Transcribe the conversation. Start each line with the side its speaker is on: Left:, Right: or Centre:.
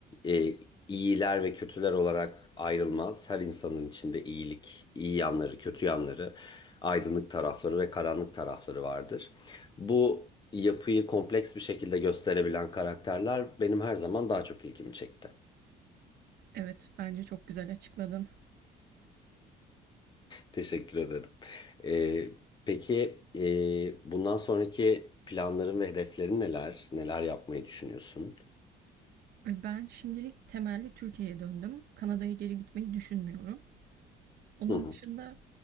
Left: e, iyiler ve kötüler olarak ayrılmaz. Her insanın içinde iyilik, iyi yanları, kötü yanları, aydınlık tarafları ve karanlık tarafları vardır. Bu yapıyı kompleks bir şekilde gösterebilen karakterler benim her zaman daha çok ilgimi çekti.
Right: Evet, bence çok güzel açıkladın.
Left: Teşekkür ederim. E, peki e, bundan sonraki planların ve hedeflerin neler? Neler yapmayı düşünüyorsun?
Right: E, Ben şimdilik temelli Türkiye'ye döndüm. Kanada'ya geri gitmeyi düşünmüyorum. Onun
Left: Hı hı.
Right: dışında